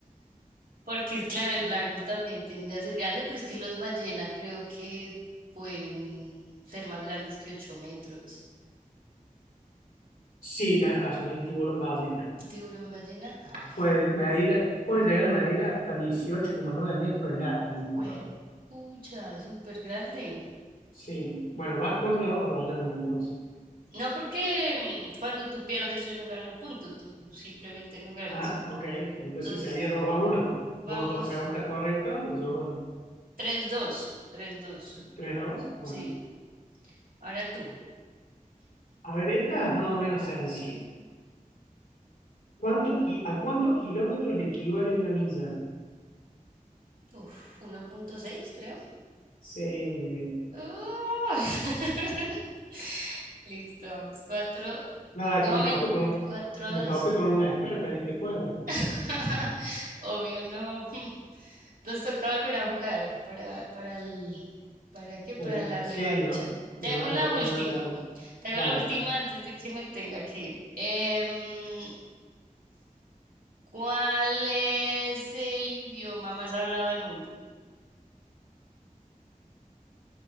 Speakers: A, on the right (about 80°); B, on the left (about 80°).
A: Porque, claro, el blanco también tiende a ser grande, pero es que los ballena creo que pueden ser más grandes que ocho metros.
B: Sí, tenés razón, el tiburón ballena.
A: Tiburón ballena, ah
B: Puede medir, puede llegar a medir hasta dieciocho coma nueve metros de largo, un montón.
A: bueno, juepucha, súper grande.
B: Sí, bueno, vas 4 a 2 ganando entonces.
A: No porque mm, cuando tú pierdes yo no gano punto, tú simplemente no ganas.
B: Ah, ok. Entonces
A: Entonces,
B: se haría 2 a uno.
A: vamos,
B: Vos dos preguntas correctas y yo
A: tres dos, tres dos,
B: 3 2. Bueno,
A: sí. Ahora tú,
B: a ver, esta es más o menos sencilla. ¿Cuántos ki- ¿A cuántos kilómetros equivale una milla?
A: uf, uno punto seis creo.
B: Sí, muy bien.
A: Ah. <laughs> Listo, vamos. Cuatro.
B: Nada,
A: No,
B: que me
A: men-
B: tope con, un-
A: cuatro,
B: me
A: dos,
B: tope
A: sí.
B: con una experta en este juego.
A: <laughs> Obvio, no. Nos toca volver a jugar para, para el, ¿para qué? Para
B: Pero,
A: la revancha.
B: sí, me, va me
A: Te hago
B: va a
A: la
B: tener que
A: última.
B: dar la revancha.
A: Te hago
B: Dale.
A: la última antes de que me tenga que ir. Em, ¿cuál es el idioma más hablado del mundo?